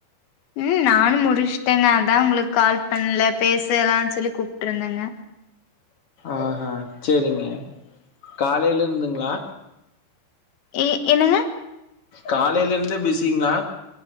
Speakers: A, on the left; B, on the left.
A: ம் நானு முடிச்சுட்டேங்க அதா உங்களுக்கு கால் பண்ல பேசலான் சொல்லி கூப்ட்ருந்தங்க
B: ஆஹா சேரிங்க காலைல இருந்துங்ளா
A: எ என்னங்க?
B: காலைல இருந்தே பிஸிங்ளா?